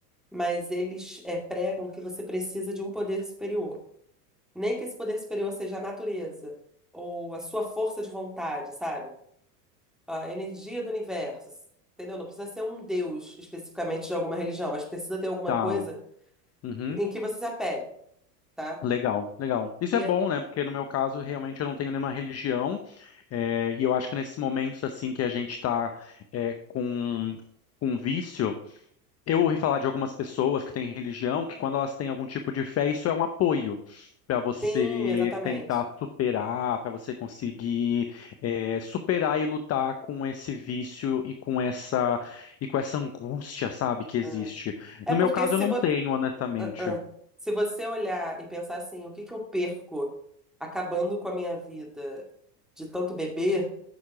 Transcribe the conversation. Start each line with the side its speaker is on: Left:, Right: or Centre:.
Centre: mas eles é, pregam que você precisa de um poder superior. Nem que esse poder superior seja a natureza, ou a sua força de vontade, sabe? A energia do universo. Entendeu? Não precisa ser um deus especificamente de alguma religião, mas precisa ter alguma
Left: tá.
Centre: coisa
Left: Uhum.
Centre: em que você se apegue, tá?
Left: Legal, legal. Isso
Centre: E
Left: é bom,
Centre: é-
Left: né? Porque no meu caso, realmente eu não tenho nenhuma religião, é, e eu acho que nesses momentos assim que a gente está com com vício, eu ouvi falar de algumas pessoas que têm religião que quando elas têm algum tipo de fé, isso é um apoio para você
Centre: sim, exatamente.
Left: tentar superar, para você conseguir é, superar e lutar com esse vício e com essa e com essa angústia, sabe, que existe.
Centre: É.
Left: No
Centre: É porque
Left: meu caso,
Centre: se,
Left: eu não
Centre: vo-
Left: tenho, honestamente.
Centre: Ah, ah. Se você olhar e pensar assim, o que que eu perco acabando com a minha vida de tanto beber?